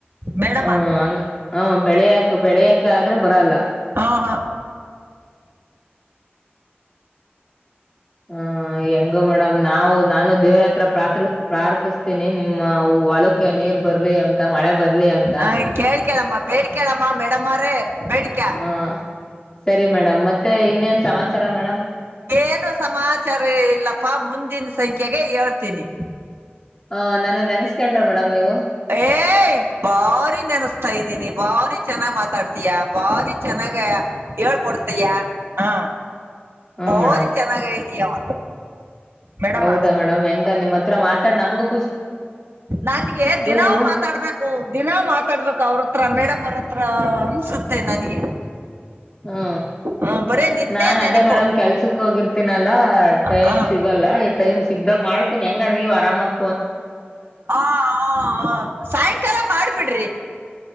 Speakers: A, on the right; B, on the left.
A: ಮೇಡಮ್ಮ
B: ಹ್ಮ ಹಂಗ ಹ ಬೆಳೆಯಕ ಬೆಳೆಯಕ ಕಾದ್ರೆ ಬರಲ್ಲ.
A: ಹಾ ಹಾ.
B: ಹ ಹೆಂಗೋ ಮೇಡಮ್ ನಾವು ನಾನು ದೇವರತ್ರ ಪ್ರಾರ್ಥ ಪ್ರಾರ್ಥಿಸತೀನಿ ನಿಮ್ಮ ಹೊಲಕ್ಕೆ ನೀರ್ ಬರ್ಲಿ ಅಂತ ಮಳೆ ಬರ್ಲಿ ಅಂತ.
A: ಆ, ಕೇಳ್ ಕೇಳಮ್ಮ ಬೇಡಿ ಕೇಳಮ್ಮ ಮೇಡಮ್ಮರೇ ಬೇಡಿಕ
B: ಹಾ ಸರಿ. ರಿ ಮೇಡಮ್ ಮತ್ತೆ ಇನ್ನೇನ್ ಸಮಾಚಾರ ಮೇಡಮ್?
A: ಏನು ಸಮಾಚಾರ ಇಲ್ಲಪ್ಪಾ ಮುಂದಿನ ಸಂಖ್ಯೆಗೆ ಹೇಳ್ತೀನಿ.
B: ಹ ನನ್ನ ನೆನ್ಸ್ಕೊಂಡ್ರ ಮೇಡಮ್ ನೀವು?
A: ಏ ಬಾರಿ ನೆನಸ್ತಾ ಇದ್ದೀನಿ ಭಾರಿ ಚೆನ್ನಾಗ್ ಮಾತಾಡ್ತಿಯ ಭಾರಿ ಚೆನ್ನಾಗ ಹೇಳ್ಕೊಡ್ತಿಯ ಹಾ.
B: ಹ್ಮ
A: ಬಾರಿ
B: ಮೇಡಮ್
A: ಚೆನ್ನಾಗ ಇದೀಯವ ಮೇಡಮ
B: ಹೌದಾ ಮೇಡಮ್ ಹೆಂಗ ನಿಮ್ಮ್ ಹತ್ರ ಮಾತಾಡ್ ನಮಗು
A: ನನ್ಗೆ ದಿನ
B: ನೀವು
A: ಮಾತಾಡ್ಬೇಕು ದಿನ ಮಾತಾಡ್ಬೇಕು ಅವರತ್ರ ಮೇಡಮ್ ಅವರತ್ರ ಸುತ್ತೆ ನನಗೆ.
B: ಹ್ಮ
A: ಹ್ಮ್, ಬರೇ ನಿಂದೇ
B: ನಾನ್
A: ನೆನಪು
B: ಅದೇ ಮೇಡಮ್ ಕೆಲ್ಸಕ್ ಹೋಗಿರ್ತ್ ತಿನಲ್ ಲಾ
A: ಆ,
B: ಟೈಮ್
A: ಆ,
B: ಸಿಗಲ್ಲ ಟೈಮ್ ಸಿಗ್ದಾಗ ಮಾಡ್ತೀನಿ ಹೆಂಗ ನೀವು ಆರಾಮಾಗ್
A: ಹ ಹ ಸಾಯಂಕಾಲ ಮಾಡ್ಬಿಡ್ರಿ.